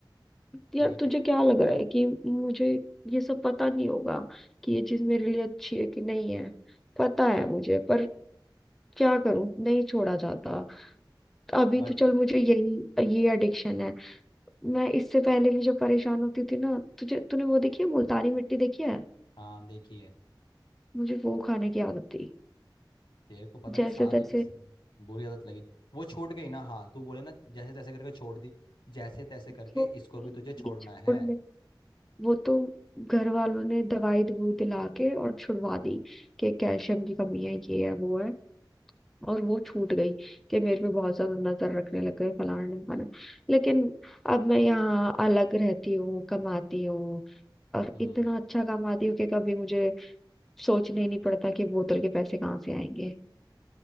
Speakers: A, in the centre; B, on the left.
A: यार
B: ठीक
A: तुझे
B: है
A: क्या लग रहा है कि मुझे ये सब पता नहीं होगा कि ये चीज मेरे लिए अच्छी है कि नहीं है पता है मुझे पर क्या करूं नहीं छोड़ा जाता तो अभी
B: बट
A: तो चल मुझे यही ये एडिक्शन है मैं इससे पहले भी जो परेशान होती थी ना तुझे तूने वो देखी है मुल्तानी मिट्टी देखी है
B: हाँ देखिए
A: मुझे वो खाने की आदत थी
B: तेरे को पता नहीं
A: जैसे
B: सारे
A: तैसे
B: की बुरी आदत लगी वो छूट गई ना हाँ तू बोले ना जैसे तैसे करके छोड़ दी जैसे तैसे करके
A: छोड़
B: इसको
A: दी
B: भी तुझे छोड़ना
A: थी, छोड़
B: है
A: में वो तो घर वालों ने दवाई दवूई दिला के और छुड़वा दी कि कैल्शियम की कमी है ये है वो है और वो छूट गई कि मेरे पे बहुत ज्यादा नजर रखने लग गए फलाना ढिमकाना लेकिन अब मैं यहाँ अलग रहती हूँ कमाती हूँ और
B: हम्म
A: इतना अच्छा कमाती हूँ कि कभी मुझे सोचने ही नहीं पड़ता कि बोतल के पैसे कहाँ से आएंगे